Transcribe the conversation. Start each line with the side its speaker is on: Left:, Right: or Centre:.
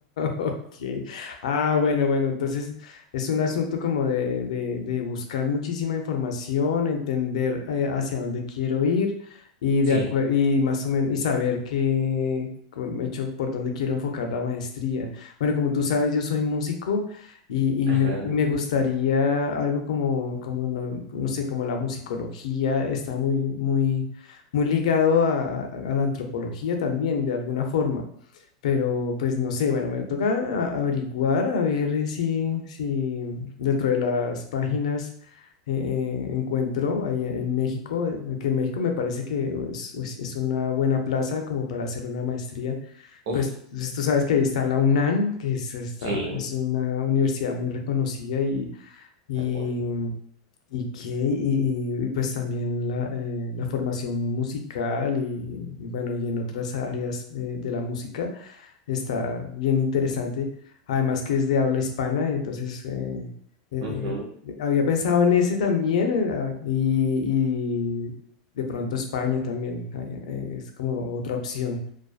Left: Ok. Ah, bueno, bueno, entonces es un asunto como de, de- de buscar muchísima información, entender eh, hacia dónde quiero ir y
Right: Sí,
Left: de acuer- y más o menos y saber qué como he hecho por dónde quiero enfocar la maestría. Bueno, como tú sabes, yo soy músico y, y
Right: ajá,
Left: me, me gustaría algo como, como no, no sé, como la musicología está muy, muy, muy ligado a a- a la antropología también, de alguna forma. Pero pues no sé, bueno, me toca a- averiguar a ver eh, si, si dentro de las páginas eh, eh, encuentro ahí en en México, eh, que en México me parece que es, es- es una buena plaza como para hacer una maestría.
Right: uf,
Left: Pues, pues, tú sabes que ahí está la UNAM, que es, está
Right: sí,
Left: es una universidad muy reconocida y, y,
Right: tal cual.
Left: y que, y, y- y, pues también la, eh, la formación musical y, y bueno, y en otras áreas eh, de la música está bien interesante. Además que es de habla hispana, entonces eh, eh,
Right: Ujú,
Left: eh, había pensado en ese también eh, ah, y, y de pronto España también eh, eh, es como otra opción,